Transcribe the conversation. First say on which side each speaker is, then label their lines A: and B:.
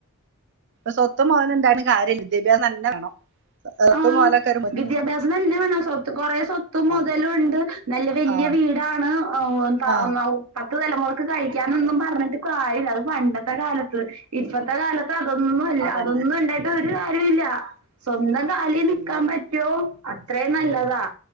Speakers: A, on the right; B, on the right.
A: സ്വത്തും മൊതലൊക്കെ ണ്ടായിട്ട്കാര്യല്ല വിദ്യാഭ്യാസം തന്നെ വേണം സ്വത്ത്
B: ആഹ്
A: മൊതലൊക്കെ
B: വിദ്യാഭ്യാസം തന്നെ വേണം. സ്വത്ത് കൊറെ സ്വത്തും
A: ആ
B: മുതലും ഉണ്ട് നല്ല വല്യ
A: ആ
B: വീടാണ് അവ്
A: ആ
B: അവ് പത്ത് തലമൊറക്ക് അവകഴിക്കാനൊന്നും പറഞ്ഞിട്ട് കാര്യല്ല അത് പണ്ടത്തെ കാലത്ത് ഇപ്പത്തെ കാലത്ത് അതൊന്നും അല്ല.
A: അതന്നെ
B: അതൊന്നും ണ്ടായ്ട്ട് ഒര് കാര്യൊ ഇല്ല സ്വന്തം തള്ളി നിക്ക
A: അതന്നെ
B: പറ്റൊ അത്രേ നല്ലതാ